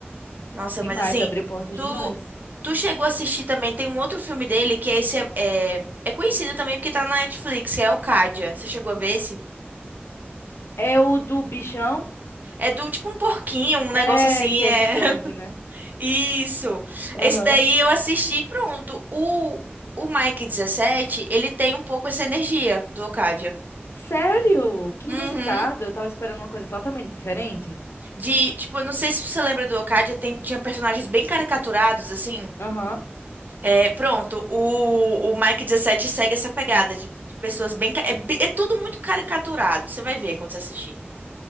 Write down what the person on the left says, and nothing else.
demais,
abriu portas
demais.
É o do bichão,
é,
que é
gigante,
né?
Aham.
Sério? Que
inusitado. Eu tava esperando uma coisa totalmente diferente.
Aham.